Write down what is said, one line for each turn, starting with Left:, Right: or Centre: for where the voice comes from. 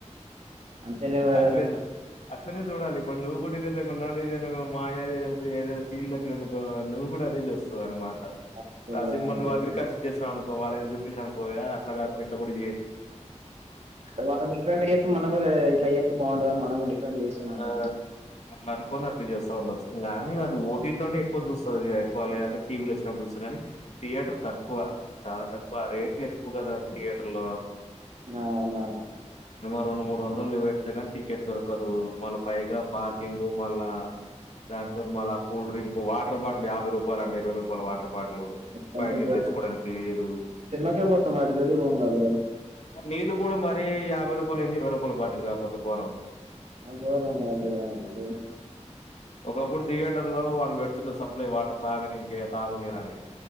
Right: అంతేలే బ్రదర్
Left: అట్లేజు అట్లనే చూడాలి ఇప్పుడు నువు కూడా రేపటి నాడు ఏదైన మాయ ఏదైనా ఫీల్డ్ లో వెల్లవ్ అనుకో కూడా అదే చూస్తది అనమాట
Right: అంతేలే
Left: ఆ సిన్మా నువ్ అగ్రికల్చర్ చేసినా అను కో వాళ్ళేమైన చెప్పించిరనుకో ఏ అట్లా కాకుండా ఇట్లా కూడా చే
Right: వా డిఫరెంట్ చెత్తే మనం కూడా ఇట్లా చెత్తే బాగుంటదని మనం కూడా డిఫరెంట్ చేతనం
Left: ఆ!
Right: లే
Left: అట్లా అనుకోని అట్లా చేస్తా ఉండచ్చు గానీ అది ఓటిట్లోనే ఎక్కువ చూస్తది తక్కువ లేదంటే టీవీలో వచ్చినప్పుడు చూస్తగానీ థియేటర్ తక్కువ చాలా తక్కువ రేట్లు ఎక్కువ కదా థియేటర్ లో
Right: నానా
Left: రెండు మూడు వందలు పెట్తే కానీ టికెట్ దొరకదు మళ్ళా పైగా పార్కింగు మళ్ళా దానికి తోరు మళ్ళా కూల్ డ్రింక్ వాటర్ బాటిల్ యాభై రూపాయలు అంట ఇరవై రూపాయలు వాటర్ బాటిల్
Right: వద్దు
Left: బయట నుంచి
Right: బ్రో
Left: తెచ్చుకోవడానికి లేదు
Right: సినిమాకే పోతాం వాటి జోలికి పోము కదా బ్రో
Left: నీళ్లు కూడా మరి యాభై రూపాయలేంది ఇరవై రూపాయల బాటిల్ కాకపోతే కోరం
Right: ఎం గోరం కాదులే గాని అది
Left: ఒకప్పుడు థియేటర్లో వాళ్ళు పెడుతుండే సప్లై వాటర్ తాగనీంకి తాగునీరని